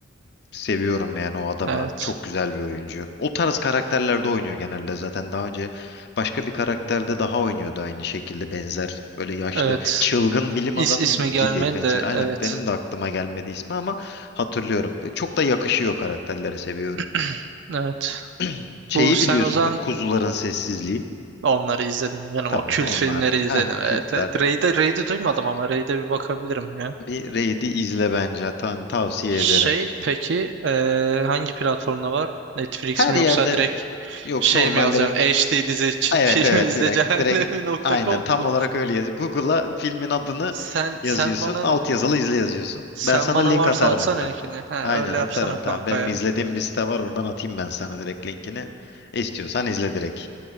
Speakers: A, on the left; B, on the right.
A: Seviyorum yani o adamı.
B: Evet.
A: Çok güzel bir oyuncu. O tarz karakterlerde oynuyor genelde zaten. Daha önce başka bir karakterde daha oynuyordu aynı şekilde benzer. Böyle yaşlı,
B: Evet.
A: çılgın bilim
B: İs
A: adamı
B: ismi gelmedi
A: gibi benzer.
B: de
A: Aynen
B: evet.
A: benim de aklıma gelmedi ismi ama hatırlıyorum. Çok da yakışıyor karakterlere seviyorum.
B: <clears throat> Evet.
A: <clears throat> Şeyi
B: Bu sen
A: biliyorsundur.
B: o zaman
A: Kuzuların Sessizliği.
B: Onları izledim yani
A: Tabii
B: O kült
A: onlar.
B: filmleri izledim.
A: Ha
B: Evet,
A: kültler
B: evet.
A: tamam.
B: Raid'e, Raid'i duymadım ama Raid'e bir bakabilirim ya.
A: Bir Raid'i izle bence. Tan tavsiye
B: Şey
A: ederim.
B: peki eee, hangi platformda var? Netflix
A: Her
B: mi
A: yerde
B: yoksa direkt
A: yok
B: şey
A: normalde
B: mi yazacağım? HD dizi ç-
A: Evet
B: <laughs> film
A: evet
B: izle
A: direkt
B: cehennemi
A: direkt
B: nokta
A: aynen
B: com
A: tam
B: mu?
A: olarak öyle yaz. Google'a filmin adını
B: Sen
A: yazıyorsun.
B: sen bana
A: Alt yazılı izle yazıyorsun.
B: sen
A: Ben sana
B: bana
A: link
B: varsa
A: atarım
B: atsana
A: hatta.
B: linkini. Ha,
A: Aynen
B: öyle
A: atarım
B: yapsana
A: tamam.
B: kanka
A: Benim
B: ya.
A: izlediğim bir site var oradan atayım ben sana direkt linkini. İstiyorsan izle direkt.